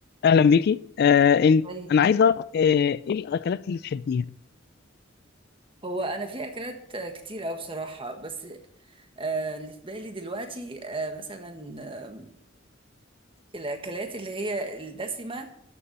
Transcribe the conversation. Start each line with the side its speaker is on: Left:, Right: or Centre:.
Left: اهلا بيكي آه انت
Right: طيب
Left: انا عايز اعرف آه ايه الاكلات اللي بتحبيها
Right: هو انا في اكلات آه، كتير قوي بصراحه بس آه، اللي في بالي دلوقتي آه، مثلا آه، الاكلات اللي هي الدسمه